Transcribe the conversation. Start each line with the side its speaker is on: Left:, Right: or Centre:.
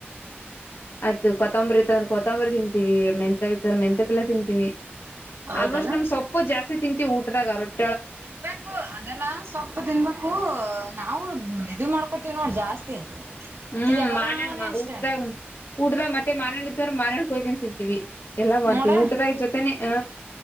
Left: ಆಯ್ತು ಕೊತ್ತಂಬರಿ ಇತ್ತ ಅಂದ್ರೆ ಕೊತ್ತಂಬರಿ ತಿಂತೀವಿ ಮೆಂತ ಇಂದ್ರೆ ಮೆಂತಪಲ್ಲೆ ತಿಂತೀವಿ
Right: ಹೌದಲ್ಲ
Left: ಆಲ್ಮೋಸ್ಟ್ ನಮ್ ಸೊಪ ಜಾಸ್ತಿ ತಿಂತತಿ <unintelligible>
Right: ತಿನ್ಬೇಕು ಅದೆಲ್ಲ ಸೊಪ್ಪ ತಿನ್ಬೇಕು ನಾವು ಇದು ಮಾಡ್ಕೋತೀವಿ ನೋಡ ಜಾಸ್ತಿ <unintelligible>
Left: ಹೂ
Right: ಇದ್ ಯಾವಾಗಾನ
Left: ಮಾನಣ್ಣ
Right: ಇಷ್ಟೇ
Left: ಹೂ ಊಟದ ಊಟದ ಮತ್ತೆ ಮಾನಣ್ಣ ಇತ್ತ ಆನ್ಡೂರ್ ಮಾನಣ ಕೊಯ್ಕೊಂಡ ತಿಂತೀವಿ ಎಲ್ಲಾ ಮಾಡ್ತೀವಿ
Right: ನೋಡ
Left: ಊಟದಾಗ ಜೊತೆನೆ ಹ